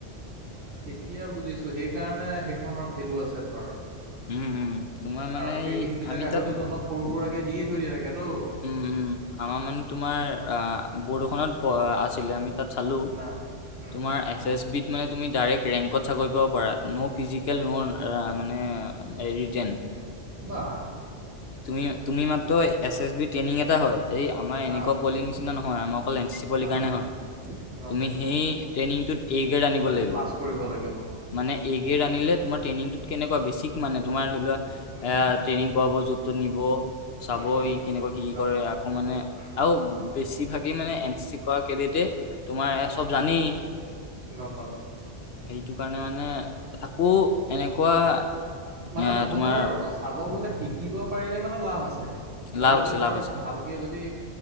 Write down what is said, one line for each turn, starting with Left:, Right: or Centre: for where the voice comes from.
Right: এতিয়া বুজিছো সেইকাৰণে সেইখনৰ ভেলু আছে ধৰ।
Left: উম উম তোমাৰ মানে
Right: কাৰণ ট্ৰেইনিং
Left: এই
Right: বিলাক
Left: আমি
Right: আগতে
Left: তাত
Right: অলপ সৰু সুৰাকে দিয়ে থৈ দিয়ে থাকে তো।
Left: উম উম আমাৰ মানে তোমাৰ বৰদোখনত আছিলে আমি তাত চালো
Right: না উম
Left: তোমাৰ এছএছ বি ত মানে তুমি ডাইৰেক চাকৰি পৰা ন' ফিজিকেল ন' মানে ৰিটেন।
Right: বাহ।
Left: তুমি তুমি মাত্ৰ এছ এছ বি ট্ৰেইনিং এটা হয়, এই আমাৰ এনেকুৱা
Right: অ'
Left: পলিং মেচিনা নহয়। আমাক অকল এন চি পলিৰ
Right: অ'
Left: কাৰণে হয়।
Right: গম
Left: তুমি
Right: পাইছোঁ
Left: সেই ট্ৰেইনিংটোত এগ্ৰেড আনিব লাগিব।
Right: পাছ কৰিব লাগিব
Left: মানে এগ্ৰেড আনিলে, তোমাৰ ট্ৰেইনিংত কেনেকুৱা বেছিক মানে তোমাৰ ধৰি লোৱা
Right: উম
Left: ট্ৰেইনিং কৰা য'ত নিব চাব
Right: উম উম
Left: ই কেনেকুৱা কি কি
Right: গম
Left: কৰে
Right: পাইছোঁ
Left: আকৌ মানে,
Right: উম
Left: আৰু বেছি ভাগি মানে এন চি চি কেৰডিতে তোমাৰ
Right: উম
Left: এই চব জানেই।
Right: গম পালোঁ
Left: সেইটো কাৰণে মানে থাকো এনেকুৱা
Right: মানে
Left: এ
Right: তহঁতৰ
Left: তোমাৰ
Right: চাব গ'লে শিকিব পাৰিলে মানে লাভ তই
Left: লাভ
Right: যদি
Left: আছে
Right: ধৰ
Left: লাভ আছে
Right: ভাল যদি